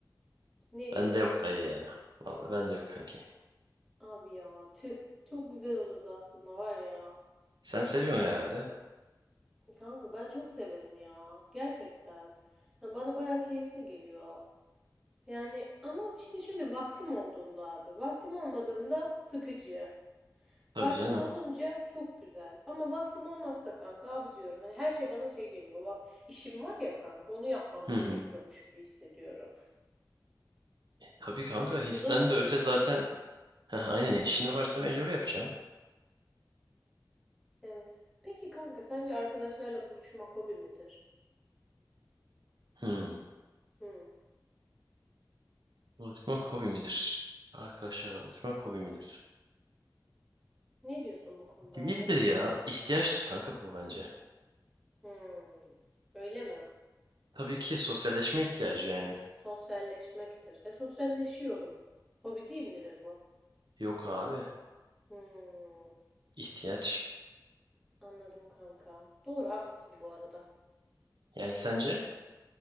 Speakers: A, in the centre; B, on the right (about 80°).
A: Ne diyorsun?
B: Bende yok dayı ya. Valla bende yok kanki.
A: Abi ya tüh. Çok güzel olurdu aslında var ya.
B: Sen seviyorsun herhalde.
A: Kanka ben çok severim ya. Gerçekten. Hani bana bayağı keyifli geliyor. Yani ama işte şöyle vaktim olduğunda abi. Vaktim olmadığında sıkıcı.
B: Tabii
A: Vaktim
B: canım.
A: olunca çok güzel. Ama vaktim olmazsa kanka abi diyorum. Hani her şey bana şey geliyor. Bak işim var ya kanka onu yapmam
B: Hı
A: gerekiyormuş
B: hı.
A: gibi hissediyorum.
B: E, Tabii kanka histen
A: Uzun sürüyor
B: de öte
A: çünkü.
B: zaten. Heh, aynen işini varsa mecbur yapacaksın.
A: Evet. Peki kanka sence arkadaşlarla buluşmak hobi midir?
B: Hı.
A: Hmm.
B: Buluşmak hobi midir? Arkadaşlarla buluşmak hobi midir?
A: Ne diyorsun bu konuda
B: Değildir
A: abi?
B: ya. İhtiyaçtır kanka bu bence.
A: Hmm, öyle mi?
B: Tabii ki sosyalleşme ihtiyacı yani.
A: Sosyalleşmektir. E sosyalleşiyorum. Hobi değil midir bu?
B: Yok abi.
A: Hmm,
B: ihtiyaç.
A: anladım kanka. Doğru haklısın bu arada.
B: Yani sence?